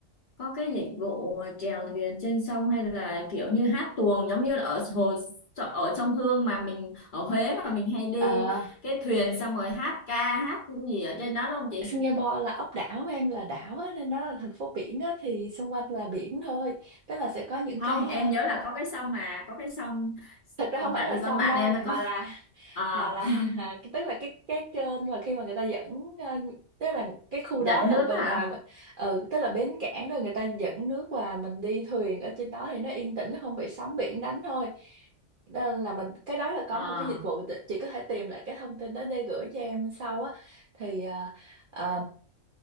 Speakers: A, on the left; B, on the right.
A: có cái dịch vụ mà chèo thuyền trên sông hay là kiểu như hát tuồng giống như là ở hồ ở sông Hương mà mình ở Huế mà mình hay đi
B: Ờ,
A: cái thuyền xong rồi hát ca hát gì ở trên đó đúng không chị
B: Singapore là ốc đảo mà em là đảo á, nên nó là thành phố biển á, thì xung quanh là biển thôi tức là sẽ có những
A: không
B: cái ờ,
A: em nhớ là có cái sông mà có cái sông
B: thật ra không phải
A: tại
B: là
A: vì
B: sông
A: con bạn
B: đâu
A: em nó
B: mà
A: có
B: là
A: à,
B: mà là
A: <laughs>
B: <laughs> tức là cái cái kênh mà khi mà người ta dẫn ờ, tức là cái khu
A: dẫn
B: đó là
A: nước
B: bề
A: á hả
B: ngoài ừ, tức là bến cảng rồi người ta dẫn nước và mình đi thuyền ở trên đó thì nó yên tĩnh nó không bị sóng biển đánh thôi nên là mình cái đó là có
A: à,
B: một cái dịch vụ t- chị có thể tìm lại cái thông tin đó để gửi cho em sau á thì à,